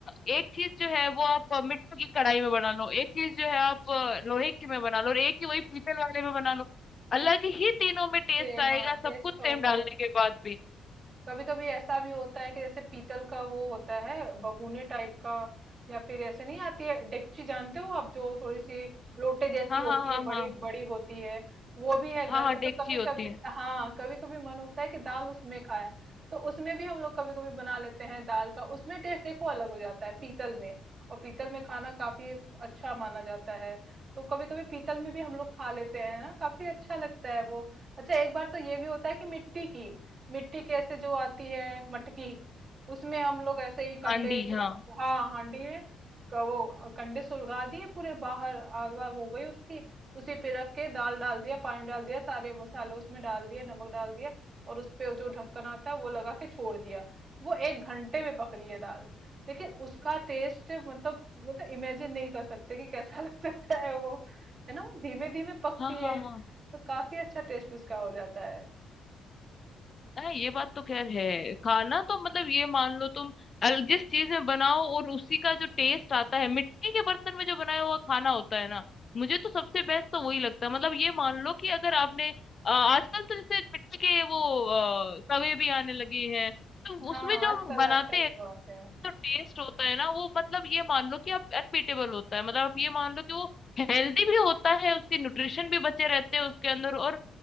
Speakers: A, on the left; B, on the right.
A: एक चीज जो है वो आप अ, मिट्टी की कढ़ाई में बना लो एक चीज जो है आप अ, लोहे की में बना लो और एक ही वही पीतल वाले में बना लो अलग ही तीनों में टेस्ट
B: जी
A: आएगा
B: हाँ,
A: सब
B: टेस्ट
A: कुछ सेम
B: तो बहुत
A: डालने के बाद भी
B: कभी कभी ऐसा भी होता है कि जैसे पीतल का वो होता है बगुने टाइप का या फिर ऐसे नहीं आती है डेकची जानते हो आप जो थोड़ी सी लोटे जैसी
A: हाँ
B: होती
A: हाँ हाँ
B: है बड़ी
A: हाँ
B: बड़ी होती है वो भी है
A: हाँ
B: घर
A: हाँ
B: पे
A: डेगची
B: तो कभी
A: होती
B: कभी
A: है
B: हाँ कभी कभी मन होता है कि दाल उसमें खाएं तो उसमें भी हम लोग कभी कभी बना लेते हैं दाल का उसमें टेस्ट देखो अलग हो जाता है पीतल में और पीतल में खाना काफी अच्छा माना जाता है तो कभी कभी पीतल में भी हम लोग खा लेते हैं ना काफी अच्छा लगता है वो अच्छा एक बार तो ये भी होता है कि मिट्टी की मिट्टी कैसे जो आती है मटकी उसमें हम लोग ऐसे ही कंडे
A: हांडी
B: सु-
A: हाँ
B: हाँ हांडी में क- वो कंडे सुलगा दिए पूरे बाहर आग वाग हो गई उसकी उसी पे रख के दाल डाल दिया पानी डाल दिया सारे मसाले उसमें डाल दिए नमक डाल दिया और उस पे जो ढक्कन आता है वो लगा के छोड़ दिया वो एक घंटे में पक रही है दाल लेकिन उसका टेस्ट मतलब मतलब इमेजिन नहीं कर सकते कि कैसा <laughs> लग सकता है वो है ना वो धीमे धीमे पकती
A: हाँ
B: है
A: हाँ हाँ
B: तो काफी अच्छा टेस्ट उसका हो जाता है
A: हाँ ये बात तो खैर है खाना तो मतलब ये मान लो तुम अल जिस चीज में बनाओ और उसी का जो टेस्ट आता है मिट्टी के बर्तन में जो बनाया हुआ खाना होता है ना मुझे तो सबसे बेस्ट तो वही लगता है मतलब ये मान लो कि अगर आपने अ, आजकल तो जैसे मिट्टी के वो अ, तवे भी आने लगे हैं तो
B: हाँ,
A: उसमें जो
B: आजकल
A: हम बनाते
B: आजकल
A: हैं
B: तो आते हैं
A: जो टेस्ट होता है ना वो मतलब ये मान लो कि आप अनबीटेबल होता है मतलब आप ये मान लो कि वो हेल्दी भी होता है उसके न्यूट्रिशन भी बचे रहते हैं उसके अंदर और